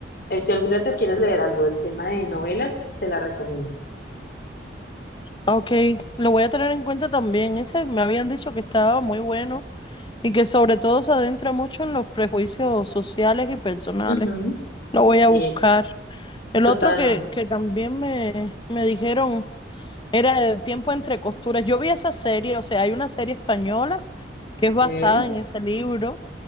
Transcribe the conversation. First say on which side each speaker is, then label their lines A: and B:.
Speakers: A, on the left (about 55°); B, on the left (about 25°).
A: Eh, si algún día te quieres leer algo del tema de novelas, te la recomiendo.
B: Ok, lo voy a tener en cuenta también. Ese me habían dicho que estaba muy bueno y que sobre todo se adentra mucho en los prejuicios sociales y personales.
A: Ujú.
B: Lo voy a
A: Sí,
B: buscar. El
A: Totalmente.
B: otro que, que también me, me dijeron Era el tiempo entre costuras. Yo vi esa serie, o sea, hay una serie española que es basada
A: Sí.
B: en ese libro,